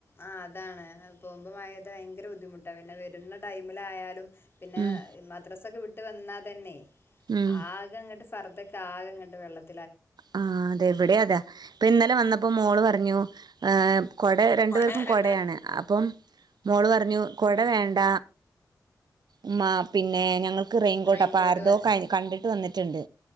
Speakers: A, on the left (about 35°); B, on the right (about 75°).
A: ആ അതാണ് പോവുമ്പ മഴ പെയ്ത ഭയങ്കര ബുദ്ധിമുട്ട് ട്ട പിന്നെ വരുന്ന ടൈമിലായാലും പിന്നെ
B: ഉം
A: മദ്രാസ ഒക്കെ വിട്ട് വന്നാ തന്നെ
B: ഉം
A: ആകെ അങ്ങോട്ട് ഫർദൊക്കാകെ അങ്ങട്ട് വെള്ളത്തി
B: ആ അതെ ഇവിടെം അതാ ഇപ്പൊ ഇന്നലെ വന്നപ്പോ മോള് പറഞ്ഞു എഹ് കുട രണ്ടു
A: പറയാ
B: പേർക്കും
A: ഉം കൊട രണ്ട്
B: കുടയാണ് അപ്പം മോള് പറഞ്ഞു കുട വേണ്ട ഉമ്മാ പിന്നെ ഞങ്ങൾ ക്ക് റെയിൻകോട്ട്
A: റെയിൻകോട്ട്
B: അപ്പ ആരതോ കണ്ടിട്ട് വന്നിട്ടുണ്ട്